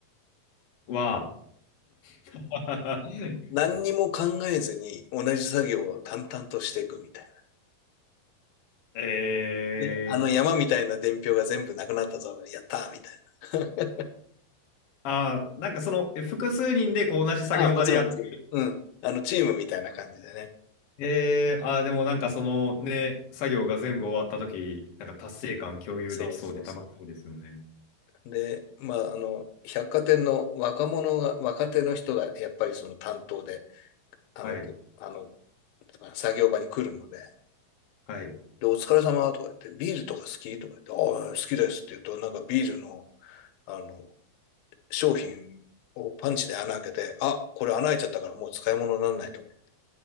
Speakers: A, on the left (about 55°); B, on the left (about 85°).
A: は、<laughs>
B: 何にも考えずに同じ作業を淡々としていくみたい
A: ええ
B: な。で、あの山みたいな伝票が全部なくなったぞ、やったーみたいな。
A: あーなんかその、え複数人でこう同じ作業場でやって、
B: <laughs> あ、もちろんもちろん。うん。あのチームみたいな感じでね。
A: えーあーでもなんかそのね、作業が全部終わった時なんか達成感共有できそうで楽しそうですよね。
B: そうそうそう。で、まあ、あの、百貨店の若者が、若手の人がやっぱりその担当で、あの、
A: はい、
B: こあの、作業場に来るので、
A: はい。
B: で、お疲れ様とか言って、ビールとか好きとか言って、ああ、好きですって言うと、なんかビールの、あの、商品をパンチで穴開けて、あ、これ穴開いちゃったからもう使い物にならないとか、